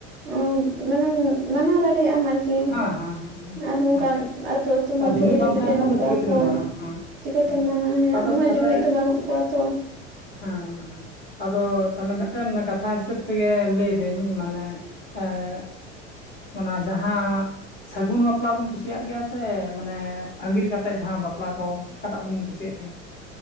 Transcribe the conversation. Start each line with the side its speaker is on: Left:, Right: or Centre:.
Right: <inaudible> ᱢᱟᱱᱮᱢ ᱢᱟᱱᱟᱣ ᱫᱟᱲᱮᱭᱟᱜ ᱟᱢ ᱟᱨᱠᱤ ᱟᱨ
Left: ᱦᱮᱸ ᱦᱮᱸ ᱦᱮᱸ ᱦᱮᱸ
Right: ᱡᱟᱦᱟᱱᱟᱜ ᱟᱨᱦᱚᱸ ᱚᱝᱠᱟ
Left: ᱦᱮᱸ
Right: ᱟᱹᱛᱩ ᱟᱹᱛᱩᱳ ᱢᱚᱫᱽᱫᱷᱮ
Left: ᱟᱨ ᱡᱩᱢᱤᱫ
Right: ᱨᱮᱜᱮ
Left: ᱵᱟᱝ
Right: ᱡᱩᱫᱤ
Left: ᱛᱟᱦᱮᱱ ᱠᱷᱟᱱ
Right: ᱱᱚᱝᱠᱟ
Left: ᱫᱚ ᱪᱤᱠᱟᱹ ᱛᱮᱵᱮᱱ
Right: ᱦᱚᱭ᱾
Left: ᱢᱟᱱᱟᱣᱟ ᱦᱮᱸ
Right: ᱪᱤᱠᱟᱹᱛᱮᱢ
Left: ᱦᱮᱸ
Right: ᱢᱟᱱᱟᱣᱟ ᱦᱮᱸ
Left: ᱟᱫᱚ
Right: ᱩᱱᱟᱹᱜ
Left: ᱛᱟᱦᱚᱞᱮ
Right: ᱡᱩᱢᱤᱫ ᱫᱚ ᱵᱟᱹᱱᱩᱜ ᱠᱚᱣᱟ ᱛᱚ᱾
Left: ᱦᱮᱸ ᱟᱫᱚ ᱛᱟᱦᱚᱞᱮ ᱢᱤᱫᱴᱮᱱ ᱠᱟᱛᱷᱟ ᱦᱤᱥᱟᱹᱵ ᱛᱮᱜᱮ ᱞᱟᱹᱭᱫᱟᱹᱧ ᱢᱟᱱᱮ <unintelligible> ᱚᱱᱟ ᱡᱟᱦᱟᱸ
Right: <inaudible>
Left: ᱥᱟᱹᱜᱩᱱ ᱵᱟᱯᱞᱟ ᱵᱤᱱ ᱠᱩᱥᱤᱭᱟᱜ ᱜᱮᱭᱟ ᱥᱮ ᱢᱟᱱᱮ ᱟᱺᱜᱤᱨ ᱠᱟᱛᱮᱫ ᱡᱟᱦᱟᱸ ᱵᱟᱯᱞᱟ ᱠᱚ ᱚᱠᱟᱴᱟᱜ ᱵᱤᱱ ᱠᱩᱥᱤᱭᱟᱜ ᱜᱮᱭᱟ᱾